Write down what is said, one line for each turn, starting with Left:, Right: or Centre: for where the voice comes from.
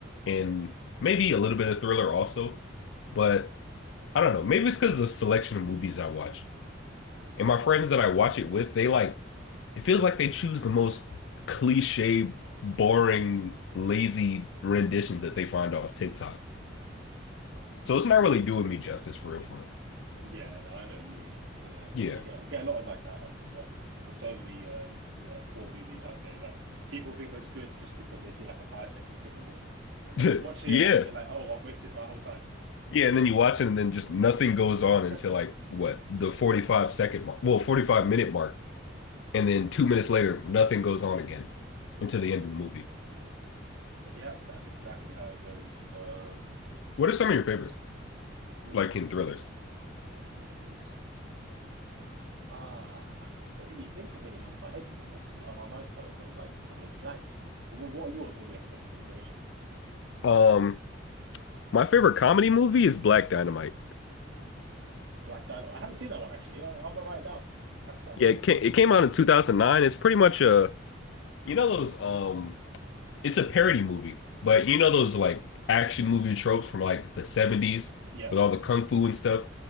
Left: and maybe a little bit of thriller also, but I don't know. Maybe it's because of the selection of movies I watch. And my friends that I watch it with, they like, it feels like they choose the most cliche, boring, lazy renditions that they find off TikTok. So it's not really doing me justice for real, for
Right: Yeah, no, I know what you mean. Yeah,
Left: real.
Right: I get I get a lot of like that on TikTok. There's so many uh yeah poor movies out there that people think is good just because they see like a five second click of it, and then
Left: Yeah.
Right: you watch it
Left: <laughs>
Right: and then you're
Left: Yeah.
Right: like, oh, I've wasted my whole time.
Left: Yeah. And then you watch it and then just nothing goes on
Right: <laughs>
Left: until like what, the 45 second mark, well, 45 minute mark. And then two minutes later, nothing goes on again until the end of the movie.
Right: Uh, Yep, that's exactly how it goes. Um,
Left: What are some of your favorites?
Right: ooh,
Left: Like
Right: s-
Left: in thrillers.
Right: in, oof. ah, I can't really think of any top of my head to be honest. Uh, my mind's kind of gone like a bit blank. Wh- What are yours? Maybe I can get some inspiration.
Left: Um, my favorite comedy movie is Black Dynamite.
Right: Black Dynamite. I haven't seen that one actually. I, I'm gonna write it down. Black Dynamite.
Left: Yeah, it came, it came out in 2009. It's pretty much a, you know those um it's a parody movie, but you know those like action movie tropes from like the 70s
Right: Yep.
Left: with all the kung fu and stuff.